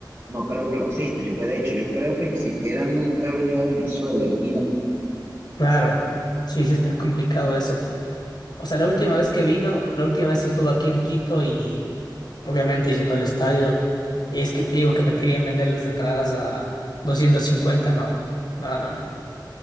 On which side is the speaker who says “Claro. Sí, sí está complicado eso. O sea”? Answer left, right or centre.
Left